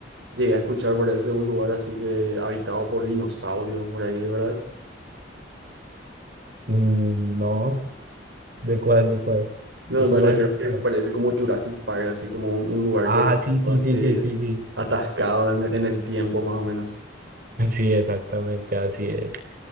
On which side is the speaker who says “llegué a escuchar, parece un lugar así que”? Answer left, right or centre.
Right